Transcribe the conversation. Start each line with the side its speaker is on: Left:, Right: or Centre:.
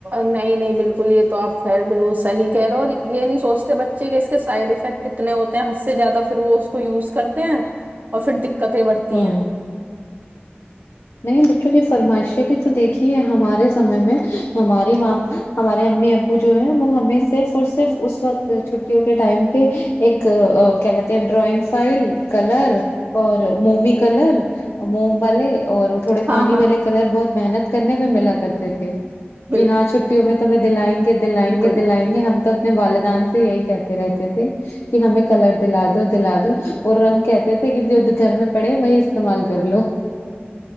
Right: نہیں نہیں بالکل یہ تو آپ خیر بال صحیح کہہ رہے ہو اور یہ نہیں سوچتے بچے کہ اس کے سائڈ افیکٹ اتنے ہوتے ہیں حد سے زیادہ پھر وہ اس کو یوز کرتے ہیں اور پھر قتیں بڑھتی
Left: ہ
Right: ہیں
Left: نہیں بچوں کی فرمائشیں بھی تو دیکھی ہے ہمارے سمے میں ہماری ماں ہمارے امی ابو جو ہے وہ ہمیں صرف اور صرف اس وقت چھٹیوں کے ٹائم پہ ایک کیا کہتے ہیں ڈرائنگ فائل کلر اور ممی کلر موم والے اور تھوڑے
Right: ہاں
Left: پانی
Right: ہاں
Left: والے کلر بہت محنت کرنے پہ ملا کرتے تھے کہ
Right: بالکل
Left: ہاں چھٹیوں میں تو میں دلائ گے دلائیں
Right: بالکل
Left: گے دلائیں گے ہم تو اپنے والدان سے یہی کہتے رہتے تھے کہ ہمیں کلر دلا دو دلا دو اور رنگ کہتے تھے کہ جو گھر میں پڑے وہی استعمال کر لو